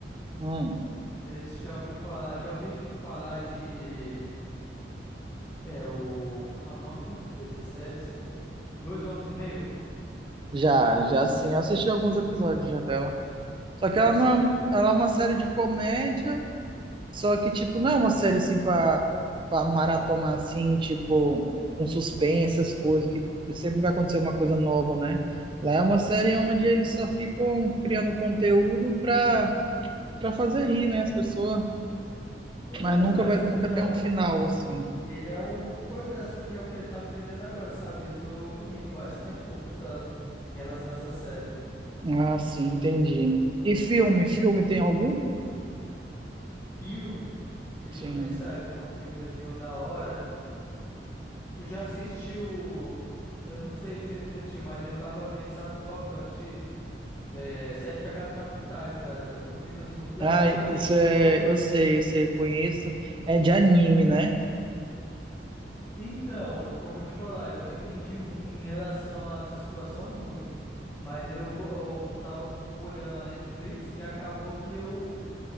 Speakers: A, on the right; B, on the left.
A: Hum,
B: Você já ouviu falar, já ouviu de falar de é o, como é que é o nome desse- dessa série, seu? Dois Homens e Meio?
A: já, já sim. Eu assisti alguns episódios já dela. Só que
B: Já
A: ela
B: assistiu,
A: não é, uma-
B: né?
A: ela é uma série de comédia, Só que, tipo, não é uma série assim pra, pra maratonar assim, tipo, um suspense, as coisas, que sempre vai acontecer uma coisa nova, né? Lá é uma série onde eles só ficam criando conteúdo pra, pra fazer rir, né, as pessoas,
B: Pois
A: mas
B: é,
A: nunca
B: mas
A: vai,
B: né,
A: nunca
B: então,
A: tem um final assim.
B: ele é um, pois é, só que é o que ele tá me prendendo agora, sabe? Eu tô rindo bastante um pouco essa em relação a essa série.
A: Ah, sim, entendi. E filme, filme tem algum?
B: Filme, deixa
A: Sim.
B: eu pensar aqui um filmezinho da hora. Tu já assistiu? Eu não sei se tu já assistiu, mas eu tava vendo, sabe qual que eu assisti? É, Sete Pecados Capitais, cara. Eu vi um filme assim muito legal.
A: Ah,
B: Não entendi
A: isso é,
B: muito.
A: eu sei, eu sei, eu conheço. É de anime, né?
B: Então, como eu te falar, eu não entendi mu- em relação a essa situação muito, mas eu, go- eu tava olhando a Netflix e acabou que eu